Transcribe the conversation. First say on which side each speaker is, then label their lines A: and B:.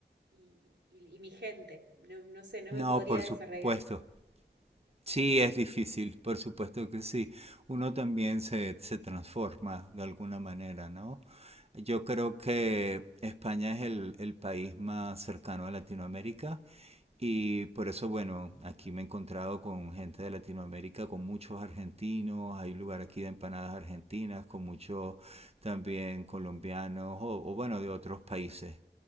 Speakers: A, on the right; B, on the right.
A: y, y- y mi gente. No, no sé, no
B: No,
A: me podría
B: por
A: desarraigar.
B: supuesto. Sí, es difícil, por supuesto que sí. Uno también se, se transforma de alguna manera, ¿no? Yo creo
A: Mm.
B: que España es el, el país más cercano a Latinoamérica Y por eso, bueno, aquí me he encontrado con gente de Latinoamérica, con muchos argentinos, hay un lugar aquí de empanadas argentinas, con muchos también colombianos o, o bueno, de otros países.